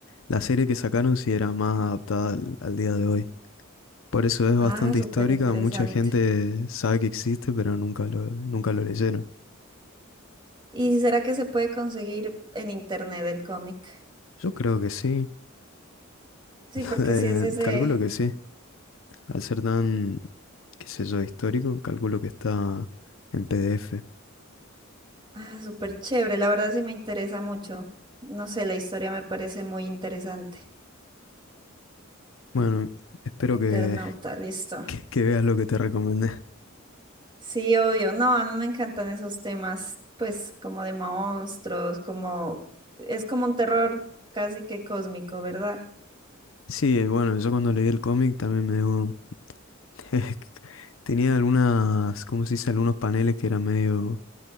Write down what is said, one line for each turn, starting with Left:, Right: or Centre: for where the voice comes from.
Left: La serie que sacaron sí era más adaptada al, al día de hoy. Por eso es bastante
Right: Ah, súper
Left: histórica,
Right: interesante.
Left: mucha gente sabe que existe, pero nunca lo, nunca lo leyeron.
Right: ¿Y será que se puede conseguir en internet el cómic?
Left: Yo creo que sí, <laughs>
Right: Sí, porque
Left: eh,
Right: sí es ese,
Left: calculo que sí. Al ser tan, qué sé yo, histórico, calculo que está en PDF.
Right: ah, súper chévere, la verdad sí me interesa mucho. No sé, la historia me parece muy interesante.
Left: Bueno, espero
Right: Eternauta,
Left: que,
Right: listo.
Left: <laughs> que, que veas lo que te recomendé.
Right: Sí, obvio, no, a mí me encantan esos temas, pues como de monstruos, como es como un terror casi que cósmico, ¿verdad?
Left: Sí, bueno, yo cuando leí el cómic también me dio <laughs> Tenía algunas, ¿cómo se dice? Algunos paneles que eran medio